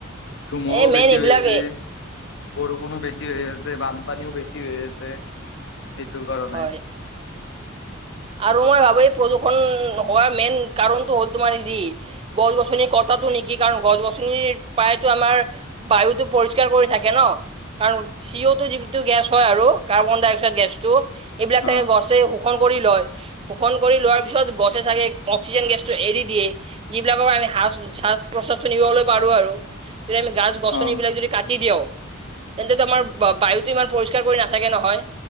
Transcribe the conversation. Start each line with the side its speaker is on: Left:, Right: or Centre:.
Left: ধুমুহাও
Right: এই মেইন
Left: বেছি
Right: এইবিলাক
Left: হৈ আছে। বৰষুণো বেছি হৈ আছে, বানপানীও বেছি হৈ আছে। সেইটোৰ কাৰণে।
Right: হয় আৰু মই ভাবো এই প্ৰদূষণ হোৱাৰ মেইন কাৰণটো হ'ল তোমাৰ হেৰি গছ গছনিৰ কটা টো নেকি কাৰণ গছ গছনিৰ প্ৰায়তো আমাৰ বায়ুটো পৰিষ্কাৰ কৰি থাকে ন! কাৰণ চি অ' টো যিনটো গেছ হয় আৰু কাৰ্বন ডাই অক্সাইড গেছ টো এইবিলাক
Left: অ
Right: চাগে গছে শো ষন কৰি লয়। শোষণ কৰি লোৱাৰ পিছত গছে চাগে অক্সিজেন গেছটো এৰি দিয়ে যিবিলাকৰ <unintelligible> শ্বাচ প্ৰসাদ চুনিবলৈ পাৰো আৰু যদি আমি গাছ গছনি
Left: অ
Right: বিলাক যদি কাটি দিঅঁ তেন্তেটো আমাৰ ব - বায়ুতো ইমান পৰিষ্কাৰ কৰি নাথাকে নহয়